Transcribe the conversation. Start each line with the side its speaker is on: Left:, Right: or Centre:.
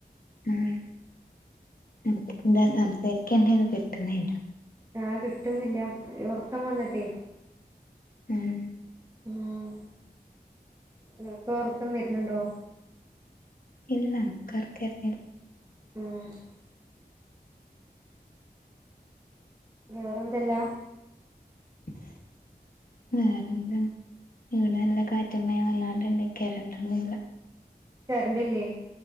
Left: അതെ നമുക്ക് എന്താ സംസാരിക്കെണ്ടേന്ന് കിട്ടുന്നില്ല
Right: ആഹ് കിട്ടുന്നില്ല ഈ ഒറക്കം വന്നിട്ടേ
Left: ആഹ്
Right: ഉം നിനക്ക് ഒറക്കം വരുന്നുണ്ടോ?
Left: ഇല്ല ന്ക്ക് ഒറക്കം വരുന്നില്ല
Right: ഉം വേറെ എന്തല്ല
Left: <inaudible> വേറെന്താ ഇവിടെ നല്ല കാറ്റും മഴയും വന്നാണ്ട് ഒണ്ട് കറണ്ടോന്നുല്ല
Right: കറണ്ടില്ലേ